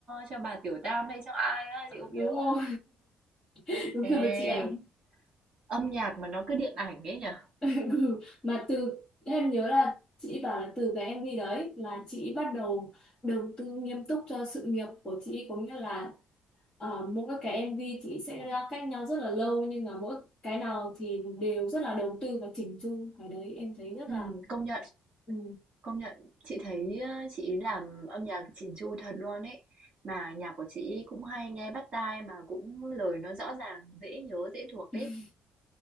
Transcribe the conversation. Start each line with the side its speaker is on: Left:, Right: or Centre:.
Right: cho bà Tiểu Tam hay cho ai á, chị không
Left: đúng
Right: nhớ.
Left: rồi
Right: à.
Left: <laughs> đúng
Right: Ê,
Left: rồi chị ạ
Right: âm nhạc mà nó cứ điện ảnh ấy nhở?
Left: <laughs> Ừ, mà từ em nhớ là chị bảo là từ cái MV đấy là chị bắt đầu đầu tư nghiêm túc cho sự nghiệp của chị có nghĩa là Ờ, mỗi cái MV chị sẽ ra cách nhau rất là lâu nhưng mà mỗi cái nào thì đều rất là đầu tư và chỉnh chu cái đấy em thấy rất
Right: Ừ,
Left: là
Right: công nhận
Left: ừ.
Right: Công nhận, chị thấy, ơ, chị làm âm nhạc chỉn chu thật luôn ấy. Mà nhạc của chị cũng hay nghe bắt tai mà cũng lời nó rõ ràng, dễ nhớ, dễ thuộc
Left: <laughs>
Right: ấy.